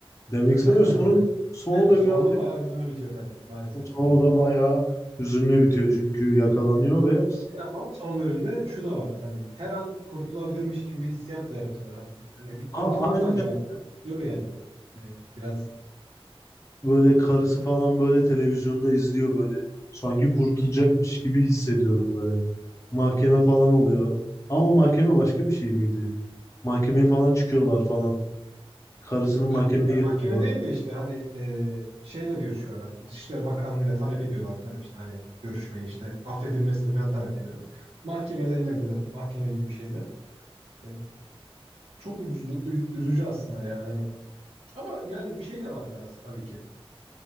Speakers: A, on the left; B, on the right.
A: demek
B: <laughs>
A: istemiyorum. Sonu, sonu
B: Değil mi?
A: da
B: Sonunda
A: birazcık
B: bayağı hüzünlü bitiyor tabii maalesef
A: sonu
B: yani.
A: da bayağı hüzünlü bitiyor çünkü yakalanıyor ve
B: Ama son bölümde şu da var. Hani her an kurtulabilirmiş gibi bir hissiyat da yaratıyor. Hani hani bir kurtulur
A: Aa, aynı
B: mu acaba? Diyor yani. Hani biraz
A: Böyle karısı falan böyle televizyonda izliyor böyle. Sanki kurtulacakmış gibi hissediyorum böyle. Mahkeme falan oluyor. Ama o mahkeme başka bir şey miydi? Mahkemeye falan çıkıyorlar falan. Karısının mahkemeye
B: Evet, ya
A: getiriyorlar.
B: mahkeme değil de işte hani e, şeyle görüşüyorlar hani Dışişleri Bakanlığı'yla talep ediyorlar falan işte hani görüşmeyi işte affedilmesini falan talep ediyorlar. Mahkeme denilebilir evet mahkeme gibi bir şeyde. E, çok üzücü, ü- üzücü aslında yani hani ama yani bir şey de var biraz tabii ki.